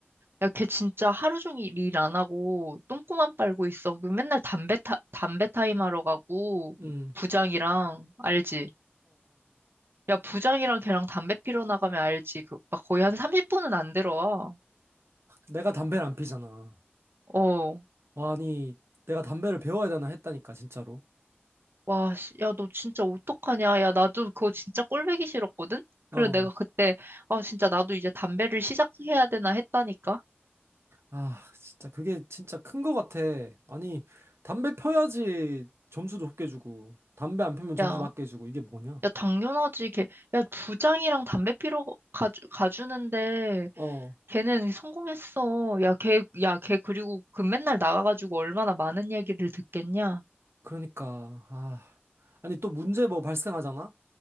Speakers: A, on the right (about 60°); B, on the right (about 80°).
A: 야, 걔 진짜 하루 종일 일 안 하고, 똥꼬만 빨고 있어. 그 맨날 담배 타, 담배 타임 하러 가고,
B: 음음음어어어
A: 부장이랑, 알지? 야, 부장이랑 걔랑 담배 피러 나가면 알지. 그, 막 거의 한 30분은 안 들어와.
B: 내가 담배를 안 피잖아.
A: 어.
B: 아니 내가 담배를 배워야 되나 했다니까 진짜로.
A: 와, 씨, 야, 너 진짜 어떡하냐? 야, 나도 그거 진짜 꼴보기 싫었거든?
B: 어
A: 그래, 내가 그때, 아, 진짜 나도 이제 담배를 시작해야 되나 했다니까?
B: 아, 진짜 그게 진짜 큰 거 같아. 아니, 담배 펴야지 점수도 높게 주고, 담배 안 피면 점수
A: 야,
B: 낮게 주고, 이게 뭐냐?
A: 야, 당연하지. 걔, 야, 부장이랑 담배 피러 가주, 가주는데,
B: 어,
A: 걔는 성공했어. 야, 걔, 야, 걔 그리고 그 맨날 나가가지고 얼마나 많은 얘기를 듣겠냐?
B: 그러니까, 아. 아니, 또 문제 뭐 발생하잖아?